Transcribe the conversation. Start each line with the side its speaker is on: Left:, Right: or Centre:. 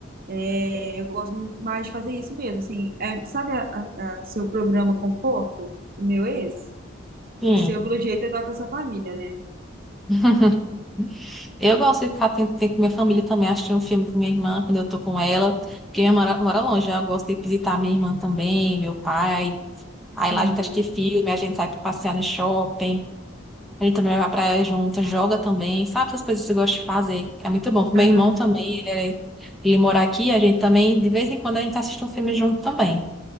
Right: é, eu gosto muito mais de fazer isso mesmo. Assim, é, sabe a, a- a seu programa Conforto? O meu é esse?
Centre: Sim.
Right: O seu, pelo jeito, é estar com a sua família, né?
Centre: <laughs> Eu gosto de ficar tempo, tempo com minha família também, assistir um filme com minha irmã quando eu tô com ela, porque minha irmã mora, mora longe, aí eu gosto de visitar minha irmã também, meu pai. Aí
Right: Aham,
Centre: lá a gente assiste filme, a gente sai pra passear no shopping, a gente também vai pra praia junto, joga também, sabe essas coisas que eu gosto de fazer? É muito bom. Meu
Right: aham,
Centre: irmão também, ele, é- ele mora aqui, a gente também, de vez em quando a gente assiste um filme junto também.